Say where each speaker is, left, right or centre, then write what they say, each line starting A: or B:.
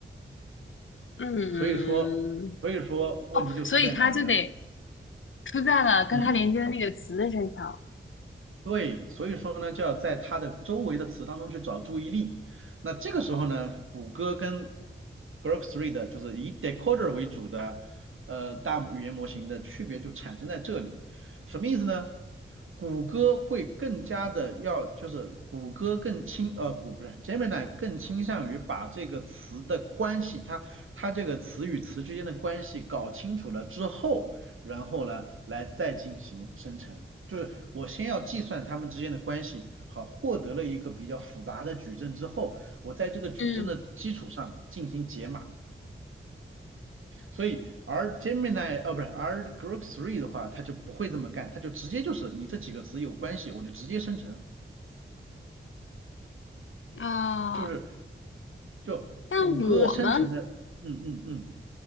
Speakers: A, on the left (about 75°); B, on the right (about 85°).
A: 嗯
B: 所以说所以说问题就出在哪儿呢？
A: 哦，所以它就得出在了跟它连接的那个词的身上
B: 嗯。对，所以说呢，就要在它的周围的词当中去找注意力。那这个时候呢，谷歌跟 Grok e 的，就是以 decoder 为主的呃大语言模型的区别就产生在这里。什么意思呢？谷歌会更加的要，就是谷歌更倾呃谷不是 Gemini 更倾向于把这个词的关系，它它这个词与词之间的关系搞清楚了之后。然后呢来再进行生成。就是我先要计算它们之间的关系，好，获得了一个比较复杂的矩阵之后，我在这个矩阵的基础上进行解码。
A: 嗯
B: 所以，而 Gemini 呃、啊不是，而 Grok Three 的话，它就不会这么干，它就直接就是你这几个词有关系，我就直接生成，
A: 啊。
B: 就是就谷歌生成的，
A: 但我们，
B: 嗯嗯嗯，